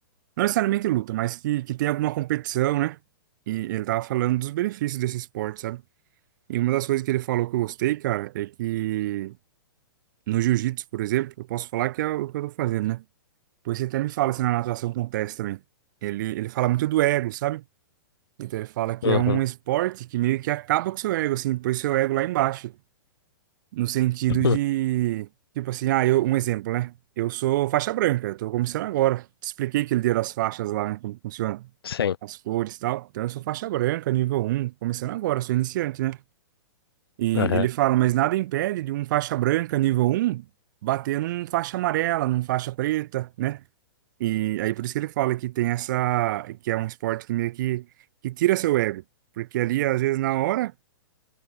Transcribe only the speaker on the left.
Uhum.
<coughs>
Hum,
Sim.
Aham.